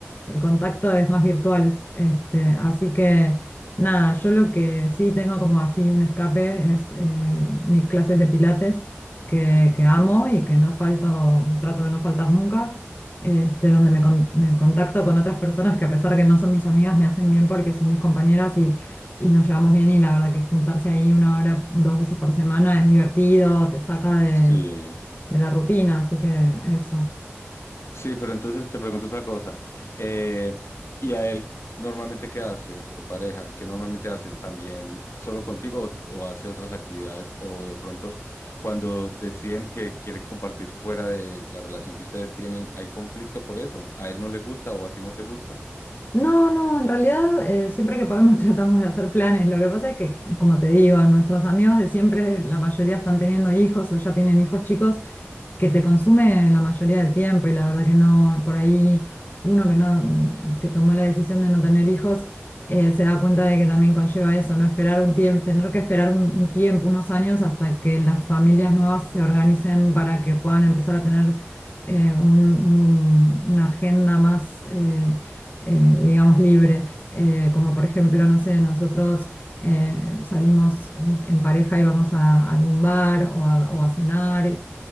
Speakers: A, on the left (about 45°); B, on the left (about 70°).
A: El contacto es más virtual, este, así que... Nada, yo lo que sí tengo como así un escape es eh, mis clases de pilates que,
B: Buenísimo.
A: que amo y que no falto, trato de no faltar nunca, este, donde me, con- me contacto con otras personas que a pesar que no son mis amigas, me hacen bien porque son mis compañeras y, y nos llevamos bien y la verdad que juntarse ahí una hora, dos veces por semana es divertido, te saca de,
B: Sí.
A: de la rutina, así que eso.
B: Sí, pero entonces te pregunto otra cosa. Eh, ¿y a él normalmente qué hace tu pareja? ¿Qué normalmente hace también solo contigo o, o hace otras actividades? O de pronto, cuando deciden que quieren compartir fuera de la relación que ustedes tienen, ¿hay conflicto por eso? ¿A él no le gusta o a ti no te gusta?
A: No, no, en realidad eh, siempre que podemos <laughs> tratamos de hacer planes. Lo que pasa es que, como te digo, nuestros amigos de siempre, la mayoría están teniendo hijos o ya tienen hijos chicos que te consume la mayoría del tiempo y la verdad que no, por ahí uno que no, que tomó la decisión de no tener hijos, eh, se da cuenta de que también conlleva eso, ¿no? Esperar un tiempo, tener que esperar un, un tiempo, unos años hasta que las familias nuevas se organicen para que puedan empezar a tener eh, un- un- una agenda más, eh, eh, digamos, libre. Eh, como por ejemplo, no sé, nosotros eh, salimos eh, en pareja y vamos a algún bar o a, o a cenar